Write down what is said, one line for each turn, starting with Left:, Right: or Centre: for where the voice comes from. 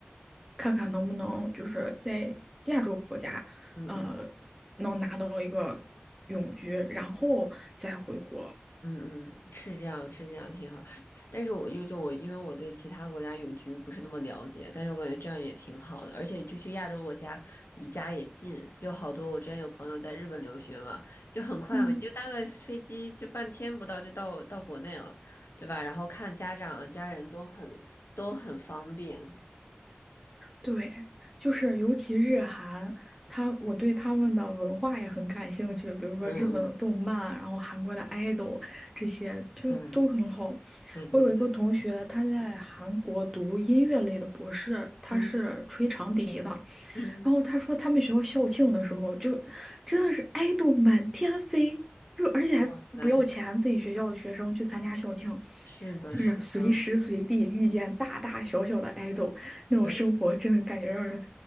Centre: 看看能不能就是在亚洲国家，
Left: 嗯嗯
Centre: 呃，能拿到一个永居，然后再回国。
Left: 嗯嗯，是这样是这样，挺好。但是我又就我，因为我对其他国家永居不是那么了解，但是我感觉这样也挺好的，而且就去亚洲国家，离家也近，就好多。我之前有朋友在日本留学嘛，就很快嘛，
Centre: 嗯，
Left: 你就搭个飞机就半天不到就到到国内了，对吧？然后看家长啊家人都很都很方便，
Centre: 对，就是尤其日韩，
Left: 嗯。
Centre: 他我对他们的文化也很感兴趣，比如说日本的动漫，
Left: 嗯
Centre: 然后韩国的 idol 这些就都很好。
Left: 嗯，对对对对，
Centre: 我有一个同学，他在韩国读音乐类的博士，他是吹长笛的。
Left: 嗯嗯，
Centre: 然后他说他们学校校庆的时候，就真的是爱豆满天飞，就而且还不要钱，
Left: <laughs> 哇塞，
Centre: 自己学校的学生去参加校庆，
Left: 是的，
Centre: 就是随时随地遇见大大小小的爱豆，
Left: 是的，
Centre: 那种生活真的感觉让人
Left: 对，